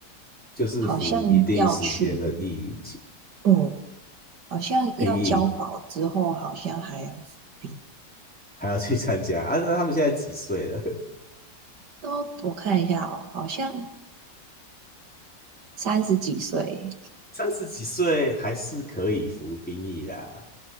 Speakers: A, in the centre; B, on the right.
A: 就是服一定时间的役役
B: 好像要去，嗯，好像要交保之后，
A: 兵役。
B: 好像还要服兵。
A: 还要去参加啊？那他们现在几岁了？<laughs>
B: 都我看一下哦，好像三十几岁
A: 三十几岁还是可以服兵役啦。